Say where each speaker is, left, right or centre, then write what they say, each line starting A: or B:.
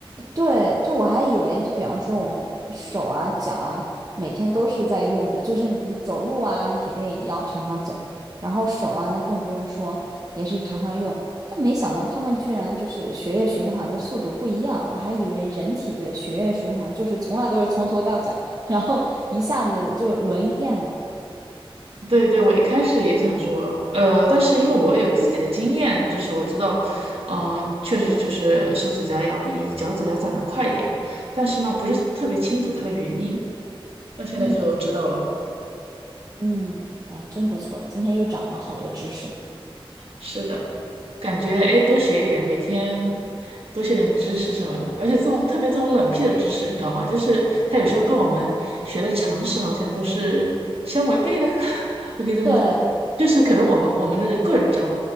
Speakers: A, on the right; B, on the right.
A: 对，就我还以为，就比方说我们手啊、脚啊，每天都是在用的，就是你走路啊，你铁定也要常常走，然后手啊，那更不用说，也是常常用。但没想到他们居然就是血液循环的速度不一样，我还以为人体的血液循环就是从来都是从头到脚，<laughs> 然后一下子就轮一遍呢。
B: 对对，我一开始也想说，呃，但是因为我有自己的经验，就是我知道，嗯、确实就是手指甲要比脚趾甲长得快一点，但是呢，不是特别清楚它的原因。那现在就知道了，
A: 嗯嗯，哎呀，真不错，今天又长了好多知识。
B: 是的，感觉哎，诶多学一点，每天多学点知识什么的，而且这种特别这种冷僻的知识，你知道吗？就是它有时候跟我们学的常识好像都是相违背的，<laughs> 我可以这么说。
A: 对，
B: 就是可能我们我们的个人常。